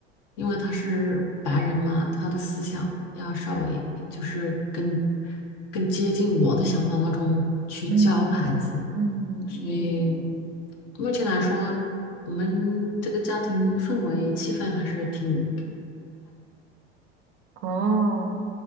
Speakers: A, on the left (about 45°); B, on the right (about 40°).
A: 因为他是白人嘛，他的思想要稍微就是更更接近我的想法那种去教孩子，
B: 嗯嗯嗯嗯，
A: 所以
B: 嗯
A: 目前来说，我们这个家庭氛围气氛还是挺。
B: 哦。